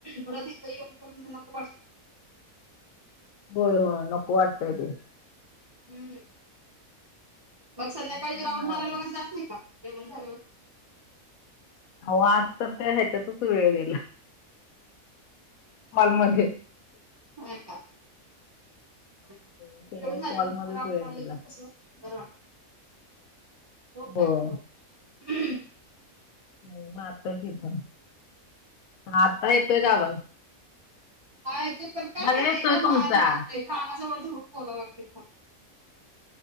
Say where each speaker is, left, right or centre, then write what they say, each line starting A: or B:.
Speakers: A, on the right (about 45°); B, on the left (about 80°).
A: परत इथं येऊन पण नको वाटतय.
B: होय होय नको वाटतय ते.
A: हम्म मग संध्याकाळी
B: मी पण
A: राऊंड
B: अ,
A: मारायला वगैरे जात नाही का जेवण झाल्यावर
B: अहो आज तर त्या ह्याच्यातच वेळ गेला कॉलमध्ये
A: होय का. ह
B: सगळ्या
A: जेऊन झालं
B: कॉलमध्येच
A: की थोडा राऊंड
B: वेळ
A: मारलं
B: गेला.
A: की कस बरं वाटत. झोप
B: होय
A: लागत.
B: हो मारतोय इथ, आता येतोय का आवाज?
A: हा येतोय पण काय
B: मला
A: मायती
B: येतोय
A: एकदम
B: तुमचा.
A: बारीक येतोय कानाजवळ धरून बोलावं लागते फोन.